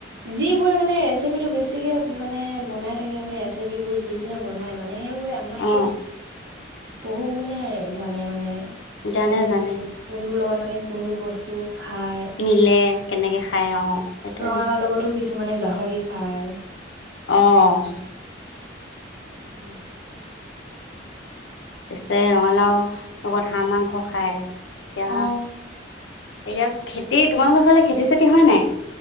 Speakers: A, on the right (about 65°); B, on the left (about 75°).
A: যিবোৰে মানে ৰেচিপিটো বেছিকে মানে বনাই থাকে মানে ৰেচিপিবোৰ যিবো নে বনাই মানে। সেইৱে আমতকৈ।
B: অঁ
A: বহু গুণে জানে মানে
B: জানে
A: ৰেচিপি
B: জানে
A: কোনটো লগত মানে কোনটো বস্তু। খাই
B: নিলে কেনেকৈ খায় অঁ সেইটোৱে
A: ৰঙালাওঁ লগতো কিছুমান। <unintelligible> কিছুমানে গাহৰি খায়।
B: অহ।
A: উম।
B: পিছে ৰঙালাওঁ লগত হাঁহ মাংস খায়। এতিয়া
A: অ
B: এতিয়া খেতি তোমালোকৰ ফালে খেতি চেতি হয় নাই।